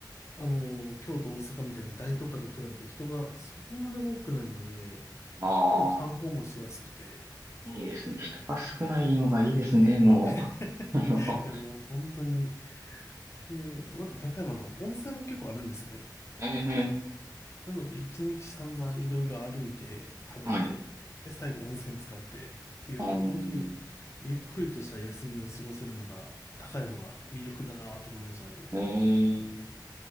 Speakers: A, on the left; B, on the right.
A: あの、京都、大阪みたいな大都会と比べて人がそこまで多くないので、
B: あ、ああ、
A: まだ観光もしやすくて、
B: いいですね。人が少ないのがいいですね、もう。
A: <laughs>
B: あの、
A: いや、もう本当に、で、また高山の温泉も結構あるんですよね。
B: ええ
A: なので、一日散々いろいろ歩いて、食べて、
B: はい。
A: で、最後温泉使ってっていう、
B: あー、
A: もう本当に、ゆっくりとした休みを過ごせるのが、高山は魅力だなと思いましたね。
B: えー、